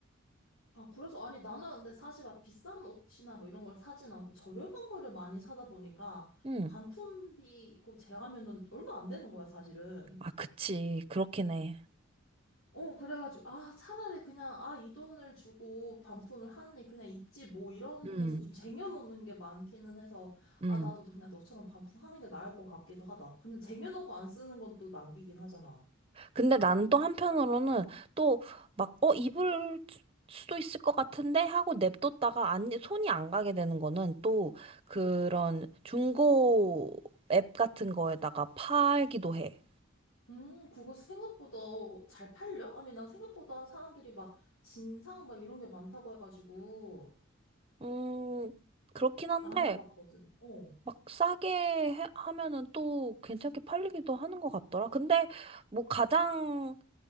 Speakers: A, on the left; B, on the right.
A: 아, 그래서 아니 나는 근데 사실 막 비싼 옷이나 뭐 이런 걸 사진 않고 저렴한 거를 많이 사다 보니까
B: 응.
A: 반품비고 제하면은 얼마 안 되는 거야, 사실은.
B: 아, 그치. 그렇긴 해.
A: 어, 그래가지고, 아, 차라리 그냥, 아, 이 돈을 주고 반품을 하니 그냥 입지 뭐 이러면서
B: 음,
A: 좀 쟁여놓는 게 많기는 해서,
B: 음.
A: 아, 나도 그냥 너처럼 반품하는 게 나을 것 같기도 하다. 그냥 쟁여놓고 안 쓰는 건 또 낭비긴 하잖아.
B: 근데 나는 또 한편으로는 또 막, 어, 입을 수- 수도 있을 것 같은데 하고 냅뒀다가 안, 손이 안 가게 되는 거는 또 그런 중고 앱 같은 거에다가 팔기도 해.
A: 음, 그거 생각보다 잘 팔려? 아니, 난 생각보다 사람들이 막 진상 막 이런 게 많다고 해가지고
B: 음, 그렇긴 한데
A: 안 해봤거든. 어.
B: 막 싸게 해- 하면은 또 괜찮게 팔리기도 하는 것 같더라. 근데 뭐 가장